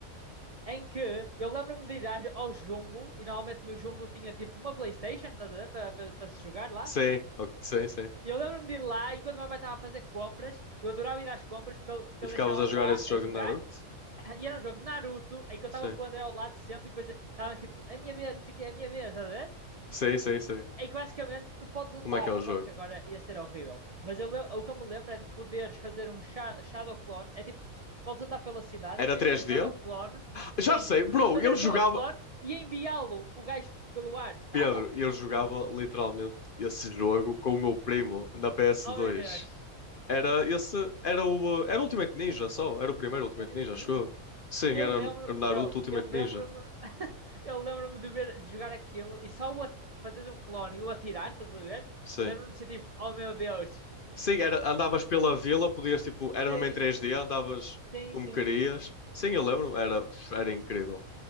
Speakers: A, on the right (about 60°); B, on the left (about 55°).
A: Em que eu lembro-me de ir ao Jumbo, e normalmente no Jumbo tinha tipo uma PlayStation, estás a ver? Para se jogar lá.
B: Sim, ok, sim, sim.
A: E eu lembro-me de ir lá, enquanto o meu pai estava a fazer compras, eu adorava ir às compras porque ele, porque
B: E
A: ele
B: ficavas
A: deixava-me
B: a jogar
A: lá
B: esse jogo
A: a jogar.
B: de Naruto?
A: E era um jogo de Naruto, em que eu estava
B: Sim.
A: com o André ao lado sempre, e depois estava tipo, é a minha vez, não sei o que, é a minha vez, estás a ver?
B: Sim, sim, sim.
A: Em que basicamente tu podes andar,
B: Como é que é o
A: aposto
B: jogo?
A: que agora ia ser horrível, mas eu, le- o que eu me lembro é de poderes fazer um sha- Shadow Clone, é tipo, podes andar pela cidade
B: Era
A: e podias
B: 3D?
A: fazer um Shadow Clone, sim,
B: Já sei, bro,
A: podias fazer
B: eu
A: um
B: jogava.
A: Shadow Clone e enviá-lo, o gajo, pelo ar, dava?
B: Pedro, eu jogava literalmente esse jogo com o meu primo na PS2.
A: Oh meu Deus!
B: Era esse. Era o. uh, Era Ultimate Ninja só. Era o primeiro Ultimate
A: Ultimate
B: Ninja, acho
A: Ninja?
B: eu. Sim,
A: Eu
B: era
A: lembro,
B: o Naruto
A: bro,
B: Ultimate
A: eu lembro-me,
B: Ninja.
A: <laughs> eu lembro-me de ver, de jogar aquilo e só o at- fazer um clone e o atirar, estás a ver?
B: Sim.
A: Lembro-me de ser tipo, oh meu Deus.
B: Sim, era, andavas pela vila, podias tipo. Era
A: Sim,
B: mesmo em 3D, andavas
A: sim,
B: como
A: sim.
B: querias. Sim, eu lembro. Era, era incrível.